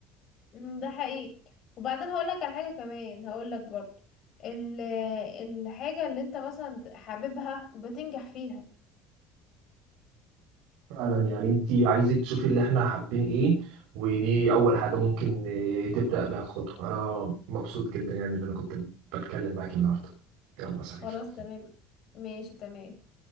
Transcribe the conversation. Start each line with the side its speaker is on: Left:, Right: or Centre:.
Left: أمم، ده حقيقي وبعدين هقول لك على حاجة كمان هقول لك برضو ال- الحاجة اللي انت مثلا حاببها بتنجح فيها
Right: فعلا يعني انت عايزك تشوفي اللي احنا حابين ايه ودي اول حاجه ممكن آه، تبدا بها خطوه انا مبسوط جدا يعني ان انا كنت بتكلم معاك النهارده يلا سلام
Left: خلاص تمام ماشي تمام